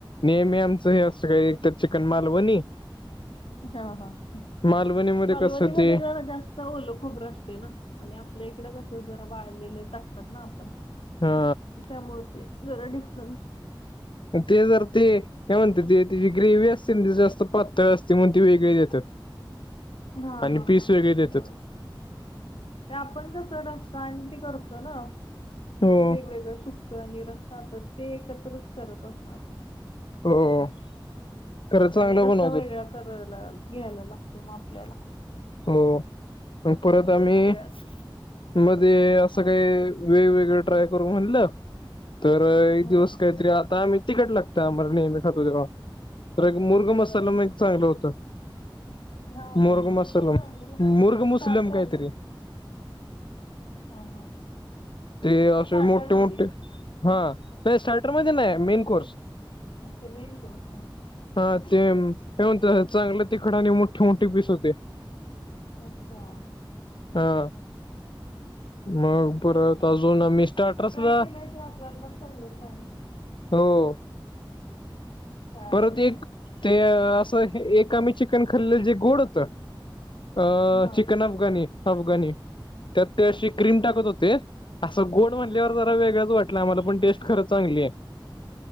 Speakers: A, on the left; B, on the left.
A: नेहमी आमचं हे असं काही एक त चिकन मालवणी
B: हा हा हा,
A: मालवणीमध्ये
B: मालवणीमध्ये
A: कसं ते
B: जरा जास् त ओलं खोबरं अस्तेना आणि आपल्या इकडं कसं जरा वाळलेलं टाकतात ना आपण
A: हा
B: त्यामुळे ते जरा डिफरन्स
A: ते जर ते! काय म्हणत्यां ते त्याची ग्रेवी असते ना ती जास्त पातळ असते म्हणू ती वेगळे देत्यांत.
B: हा
A: आणि
B: हा
A: पीस
B: हा.
A: वेगळे देत्यात.
B: होय ते आपण कसं रस्सा आणि ते करतो ना म्हणजे
A: हो
B: वेगवेगळं सु कं आणि रस्सा तं ते एकत्रच करत असणार.
A: हो! खरं चांगलं
B: आणि रस्सा
A: बनवतात
B: वेगळा करायला घ्यायला लागतो म आपल्याला.
A: हो अन परत आम्ही
B: सगळ्यांच
A: मध्ये असं
B: हो
A: काही. वेगवेगळ ट्राय करू म्हणलं तर एक
B: हा.
A: दिवस काहीतरी आता आही तिकटला त्यां आंबर नेहमी खातोय देवां. तर एक मुर्ग मसाला
B: बर
A: मयीकं चालू होत,
B: हा हा
A: मुर्ग
B: हा.
A: मस
B: ते पण
A: तं लावून
B: चांगलं लागत
A: मुर्ग
B: स्टार्टर
A: मुसलम कायतरी!
B: ना हा हा.
A: ते असे
B: स्टार्टर
A: मोठे
B: मध्ये
A: मोठे, हा ये साईटर मध्ये ना मेन कोर्स.
B: अच्छा मेन कोर्स हा हा!
A: हा ते ते म्हणत्यां चांगलं तिखट आणि मोठे मोठे पीस होते.
B: अच्छा!
A: हा मग अजून परत आमी स्टार्टरसला
B: ट्राय केल्याशिवाय आपल्याला पण समजत नाही ना
A: हो!
B: काय आवडतंय
A: परत एक
B: आपल्याला.
A: ते अ असं हे एक आम्ही चिकन खाल्ल जे गोड होत. अ
B: हा
A: चिकन अफगानी, अफगाणी त्यात ते अशी क्रीम
B: बर
A: टाकत होते. असं गोड म्हणल्यावर जरा वेगळंच वाटलं आम्हाला पण टेस्ट खरंच चांगली आहे.